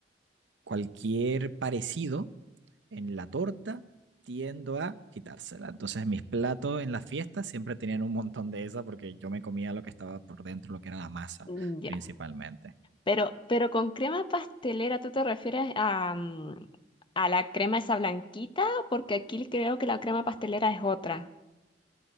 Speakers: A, on the right; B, on the left.
A: cualquier parecido en la torta, tiendo a quitársela. Entonces mis platos en las fiestas siempre tenían un montón de esa porque yo me comía lo que estaba por dentro, lo que era la masa
B: Mm, Ya.
A: principalmente.
B: Pero, pero con crema pastelera, ¿tú te refieres a, mm, a la crema esa blanquita? Porque aquí creo que la crema pastelera es otra.